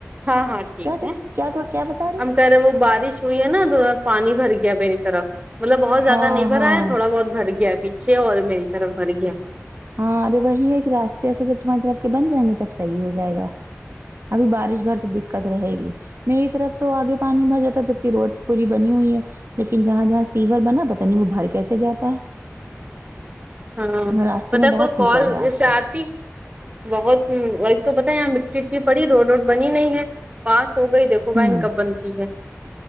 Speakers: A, on the right; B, on the right.
A: ہاں ہاں ٹھیک
B: کیا چیز
A: ہے
B: کیا کیا بتا رہی ہو
A: کل وہ بارش ہوئی ہے نا تو پانی بھر گیا میری طرف مطلب بہت زیادہ
B: ہاں
A: نہیں
B: ہاں
A: بھرا ہے تھوڑا بہت بھر گیا ہے پیچھے اور میری طرف بھر گیا
B: ہاں ارے وہی ہے کہ راستے راستے جب تمہاری طرف کے بن جائیں گے تب صحیح ہو جائے گا ابھی بارش بھر تو دقت رہے گی میری طرف تو آگے پانی بھر جاتا جبک روڈ پوری بنی ہوئی ہے لیکن جہاں جہاں سیور بنا پتا نہیں وہ بھر کیسے جاتا ہے
A: ہاں
B: راستے
A: پتہ
B: میں بہت
A: کوئی
B: کیچڑ
A: کال
B: ہے آج
A: جسے
B: کل
A: آتی بہت ہوں وہی پتہ ہے یہ مٹی وٹی پڑی روڈ ووڈ بنی نہیں ہے پاس ہو گئی دیکھو
B: ہوں
A: بہن کب بنتی ہے